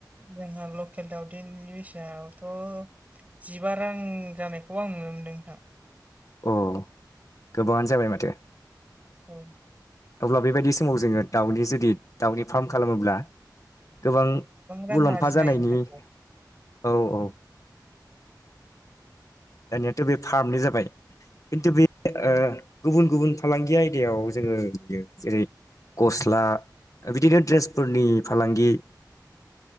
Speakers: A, on the right (about 20°); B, on the left (about 50°).
A: जोंहा लकेल दावदैनि बिसनायावथ' जिबा रां जानायखौ आं नुनो मोनदों नोंथां।
B: औ गोबाङानो जाबाय माथो।
A: औ
B: अब्ला बेबायदि समाव जोङो दाउनि जुदि दाउनि फार्म खालामोब्ला गोबां
A: रां
B: मुलाम्फा
A: आरजिनो
B: जानायनि
A: हायो नोंथां
B: औ औ दानियाथ' बे फार्मनि जाबाय खिन्थु बे
A: औ
B: ओ गुबुन गुबुन फालांगि आयदायाव जोङो नुयो जेरै गस्ला बिदिनो दड्रेसफोरनि फालांगि